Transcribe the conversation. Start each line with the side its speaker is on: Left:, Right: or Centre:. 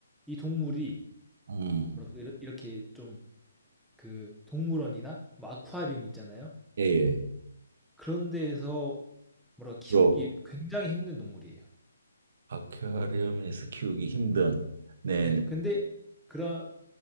Centre: 이 동물이
Right: 음,
Centre: 뭐랄까 이렇- 이렇게 좀 그 동물원이나 뭐 아쿠아리움 있잖아요.
Right: 예, 예.
Centre: 그런 데에서 뭐랄까 키우기
Right: 주로
Centre: 굉장히 힘든 동물이에요.
Right: 아쿠아리움에서 키우기 힘든, 네,
Centre: 네,
Right: 네.
Centre: 근데 그런